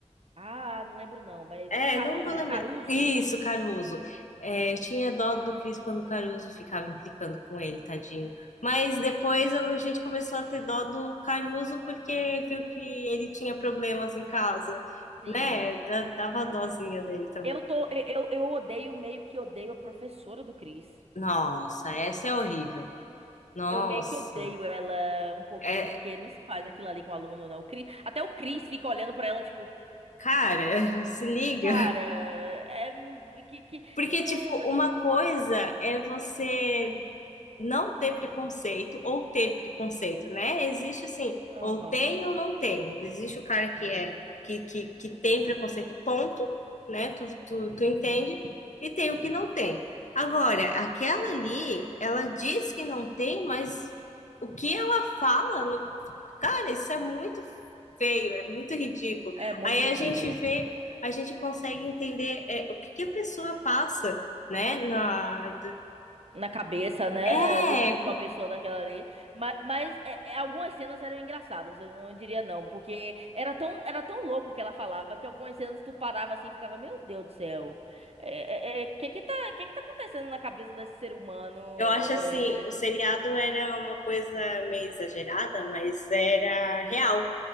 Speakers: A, on the right; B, on the left.
A: Ah, não lembro não, mas...
B: É,
A: Caruso,
B: não vou lembrar.
A: Caruso.
B: Isso, Caruso. É, eu tinha dó do Chris quando o Caruso ficava implicando com ele, tadinho. Mas depois a gente começou a ter dó do Caruso porque viu que ele tinha problemas em casa,
A: Sim.
B: né? Da- Dava dózinha dele também.
A: Eu tô... Eu, eu odeio, meio que odeio a professora do Cris.
B: Nossa, essa é horrível. Nossa.
A: Eu meio que odeio ela um pouquinho,
B: É,
A: porque não se faz aquilo ali com o aluno, não. O Cris, até o Cris fica olhando pra ela, tipo...
B: Cara,
A: "É,
B: <laughs> se liga.
A: Cara, é, que, que,
B: Porque,
A: é,
B: tipo, uma coisa é você não ter preconceito ou ter preconceito, né? Existe assim,
A: Aham.
B: ou tem ou não tem. Existe o cara que
A: Uhum.
B: é que, que, que tem preconceito, ponto, né? Tu, tu, tu
A: Uhum.
B: entende? E tem o que não tem. Agora,
A: Uhum.
B: aquela ali, ela diz que não tem, mas o que ela fala no... Cara, isso é muito feio, é muito ridículo.
A: É muito
B: Aí
A: ridículo.
B: a gente vê, a gente consegue entender é, o que que a pessoa passa, né? Na, do-
A: Na cabeça, né,
B: é,
A: de, de
B: co-
A: uma pessoa daquela ali. Mas, mas é, é, algumas cenas eram engraçadas, eu não diria não, porque era tão, era tão louco o que ela falava que algumas cenas tu parava assim e ficava, meu Deus do céu, é, é, é, que que tá, que que tá acontecendo na cabeça desse ser humano?
B: eu acho
A: É,
B: assim, o seriado era uma coisa meio exagerada, mas era real,